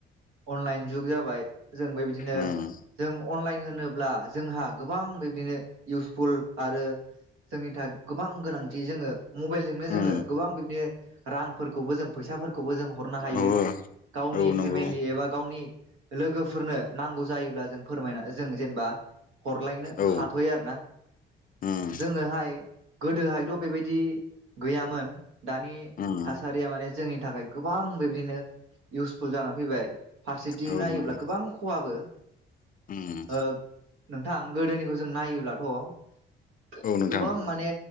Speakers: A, on the right (about 90°); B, on the left (about 45°).
A: अनलाइन जुग जाबाय। जों बेबायदिनो
B: उम
A: जों अनलाइन होनो अब्ला जोंहा गोबां बेबायदिनो इउसफुल आरो जोंनि थाखाय गोबां गोनांथि जोङो मबाइलजोंनो जोङो
B: उम
A: गोबां बिदिनो रांफोरखौबो जों फैसाफोर खौबो जों हरनो
B: औ
A: हायो गावनि
B: औ नंगौ
A: फेमिलि एबा गावनि लोगोफोरनो नांगौ जायोब्ला जों फोरमायना जों जेनेबा हरलायनो
B: औ
A: हाथ'यो आरो ना
B: उम
A: जोङो हाय गोदोहायथ' बेबायदि गैयामोन। दानि
B: उम
A: थासारिया माने जोंनि थाखाय गो बां बेबायदिनो इउस फुल जाना फैबाय। फारसेथिं
B: औ
A: नायोब्ला
B: नंगौ
A: गोबां खहाबो।
B: उम
A: ओ नोंथां गोदोनि जों नायोब्लाथ'
B: औ नोंथां
A: गोबां माने